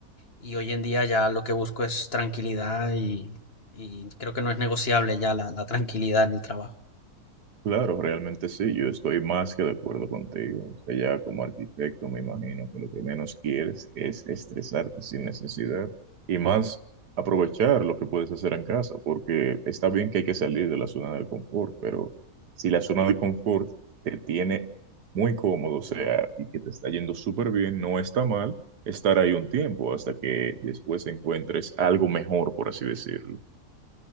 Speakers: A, on the left (about 40°); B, on the right (about 80°).
A: y hoy en día ya lo que busco es tranquilidad y, y creo que no es negociable ya la la tranquilidad en el trabajo.
B: Claro, realmente sí, yo estoy más que de acuerdo contigo. O sea, ya como arquitecto me imagino que lo que menos quieres es estresarte sin necesidad y más aprovechar lo que puedes hacer en casa, porque está bien que hay que salir de la zona del confort, pero si la zona de confort te tiene muy cómodo, o sea, y que te está yendo súper bien, no está mal estar ahí un tiempo hasta que después encuentres algo mejor, por así decirlo.